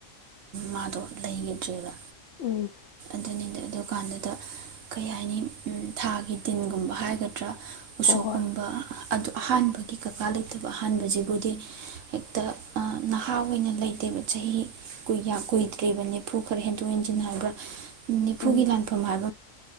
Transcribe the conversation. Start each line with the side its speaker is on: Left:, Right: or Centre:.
Right: ꯃꯥꯗꯣ ꯂꯩꯈꯤꯗ꯭ꯔꯦꯕ
Left: ꯎꯝ
Right: ꯑꯗꯨꯅꯤꯗ ꯑꯗꯨꯀꯥꯟꯗꯨꯗ ꯀꯩ ꯍꯥꯏꯅꯤ ꯊꯥꯒꯤ ꯗꯤꯟꯒꯨꯝꯕ ꯍꯥꯏꯒꯗ꯭ꯔꯥ ꯎꯁꯣꯞꯀꯨꯝꯕ
Left: ꯍꯣ ꯍꯣꯏ
Right: ꯑꯗꯨ ꯑꯍꯥꯟꯕꯒꯤ ꯀꯀꯥ ꯂꯩꯇꯕ ꯑꯍꯥꯟꯕꯁꯤꯕꯨꯗꯤ ꯍꯦꯛꯇ ꯊꯥ ꯑꯣꯏꯅ ꯂꯩꯇꯦꯕ ꯆꯍꯤ ꯀꯨꯏꯗ꯭ꯔꯤꯕ ꯅꯅꯤꯐꯨ ꯈꯔ ꯍꯦꯟꯗꯣꯛ ꯍꯦꯟꯖꯤꯟ ꯍꯥꯏꯕ꯭ꯔꯥ ꯅꯤꯐꯨꯒꯤ
Left: ꯎꯝ
Right: ꯂꯥꯟꯐꯝ ꯍꯥꯏ